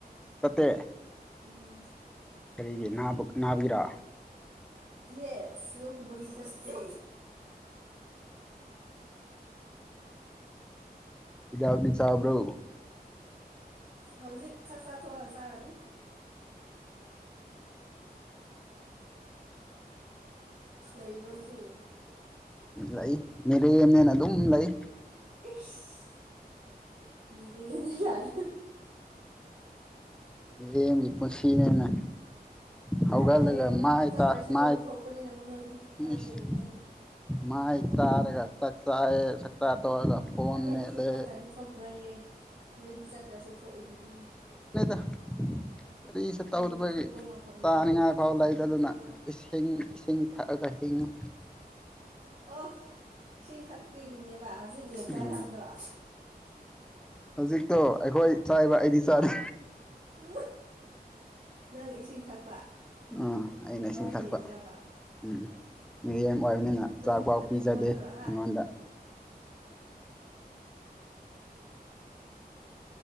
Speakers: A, in the centre; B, on the right (about 50°).
A: ꯆꯠꯇꯦ
B: ꯎꯝ
A: ꯀꯔꯤꯒꯤ ꯅꯥꯕ ꯅꯥꯒꯤꯔꯥ
B: ꯌꯦꯁ ꯂꯣꯛ ꯈꯨꯕꯒꯤ ꯆꯠꯇꯦ
A: ꯍꯤꯗꯥꯛꯇꯤ ꯆꯥꯕ꯭ꯔꯣ
B: ꯍꯧꯖꯤꯛ ꯆꯥꯛ ꯆꯥ ꯇꯣꯛꯑ ꯆꯥꯔꯅꯤ ꯂꯩꯕ꯭ꯔꯥ ꯉꯁꯤ
A: ꯂꯩ ꯃꯤꯔꯦꯝꯅꯦꯅ ꯑꯗꯨꯝ ꯂꯩ
B: ꯏꯁ ꯃꯤꯔꯦꯝꯅꯤ ꯒꯥꯏꯅ
A: ꯃꯤꯔꯦꯝꯒꯤ ꯄꯨꯟꯁꯤꯅꯦꯅ ꯍꯧꯒꯠꯂꯒ
B: ꯌꯥꯔꯦ ꯌꯥꯔꯦ
A: ꯃꯥꯏ
B: ꯆꯠꯇ꯭ꯔꯁꯨ
A: ꯇꯥ ꯃꯥꯏ
B: ꯊꯣꯛꯄꯅꯤ ꯅ ꯃ ꯅꯣꯏꯗꯤ
A: ꯏꯁ
B: ꯀꯥꯏꯗꯦ ꯀꯥꯏꯗꯦ
A: ꯃꯥꯏ ꯇꯥꯔꯒ ꯆꯥꯛ ꯆꯥꯔꯦ ꯆꯥꯛ ꯆꯥ ꯇꯣꯛꯑꯒ ꯐꯣꯟ
B: ꯑꯩꯈꯣꯏꯗꯤ
A: ꯃꯦꯠꯂꯦ
B: ꯆꯠꯇ꯭ꯔꯗꯤ ꯊꯣꯛꯇ꯭ꯔꯦ ꯅꯣꯏꯗꯤ ꯆꯠꯇ꯭ꯔꯁꯨ ꯊꯣꯛꯏꯗꯨꯗꯤ
A: <unintelligible> ꯀꯔꯤꯁꯨ ꯇꯧꯗꯕꯒꯤ
B: ꯅꯣꯏꯗꯤ ꯊꯣꯛꯄ ꯃꯐꯝ
A: ꯆꯥꯅꯤꯉꯥꯏ
B: ꯂꯩꯕꯒꯤ ꯑꯝꯇ ꯆꯠꯇꯕ
A: ꯐꯥꯎ ꯂꯩꯇꯗꯅ
B: ꯅꯠꯇ꯭ꯔꯣ
A: ꯏꯁꯤꯡ ꯏꯁꯤꯡ ꯊꯛꯑꯒ ꯍꯤꯡꯉꯤ
B: ꯑꯣ ꯏꯁꯤꯡ ꯊꯛꯄꯤ <unintelligible> ꯍꯧꯖꯤꯛ ꯌꯦꯟ ꯆꯥꯏ
A: ꯎꯝ
B: ꯍꯥꯏꯕꯗꯣ <inaudible>
A: ꯍꯧꯖꯤꯛꯇꯣ ꯑꯩꯈꯣꯏ ꯆꯥꯏꯕ ꯑꯩꯗꯤ ꯆꯥꯗꯦ
B: ꯎ ꯅꯪꯅ ꯏꯁꯤꯡ ꯊꯛꯄ
A: ꯑꯥ ꯑꯩꯅ ꯏꯁꯤꯡ
B: ꯃꯣꯏꯅ
A: ꯊꯛꯄ
B: ꯌꯦꯟ ꯆꯥꯕ
A: ꯎꯝ ꯃꯤꯔꯦꯝ ꯑꯣꯏꯕꯅꯤꯅ
B: ꯅꯪꯗꯨꯅ
A: ꯆꯥꯛꯐꯥꯎ
B: ꯇꯤꯟ
A: ꯄꯤꯖꯗꯦ
B: ꯑꯣꯠꯇꯔꯣ
A: ꯑꯩꯉꯣꯟꯗ